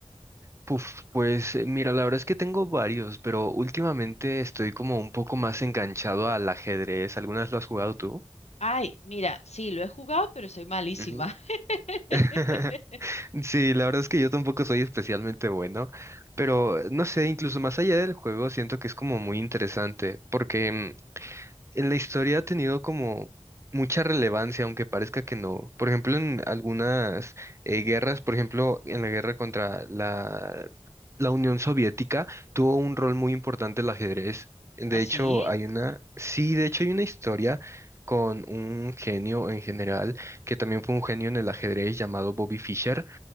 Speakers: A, on the right; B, on the left.
A: Puf, pues eh, mira, la verdad es que tengo varios, pero últimamente estoy como un poco más enganchado al ajedrez. ¿Algunas lo has jugado tú?
B: Ay, mira, sí, lo he jugado, pero soy malísima.
A: Ujú.
B: <laughs>
A: <laughs> Sí, la verdad es que yo tampoco soy especialmente bueno, pero no sé, incluso más allá del juego, siento que es como muy interesante, porque mm, en la historia ha tenido como mucha relevancia, aunque parezca que no. Por ejemplo, en algunas eh, guerras, por ejemplo, en la guerra contra la, la Unión Soviética, tuvo un rol muy importante el ajedrez. De
B: ¿Ah, sí?
A: hecho, hay una, sí, de hecho hay una historia con un genio en general, que también fue un genio en el ajedrez llamado Bobby Fischer